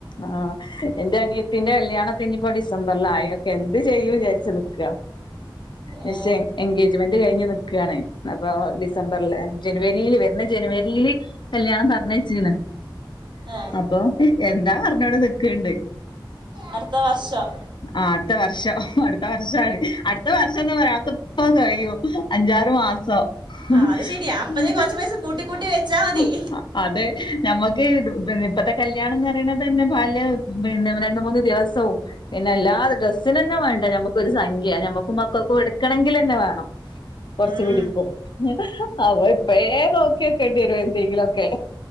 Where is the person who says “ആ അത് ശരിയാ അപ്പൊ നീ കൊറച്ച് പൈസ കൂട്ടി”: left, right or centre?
Right